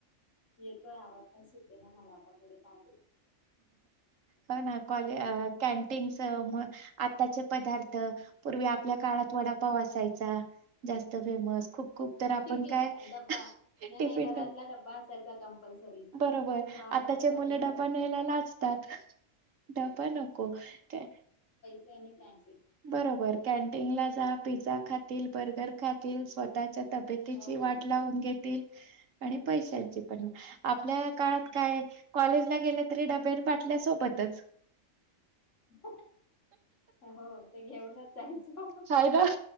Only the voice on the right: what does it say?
हो ना कॉले कॅनटीनं चं म आताचे पदार्थ पूर्वी आपल्या काळात वडापाव असायचा जास्त फेमस खूप खूप तर आपण
काय
टिफिन
बरोबर
आताचे
मुल
डबा न्यायला लाजतात. डब्बा नको. ते
बरोबर कॅन्टींगला जा पिझ्झा खातील बर्गर खातील स्वतःच्या तब्यची
वाट लावून घेतील आणि पैशांची पण आपल्या काळात
काय कॉलेजला गेल तरी डब्यान बाटल्या सोबतच
हाय ना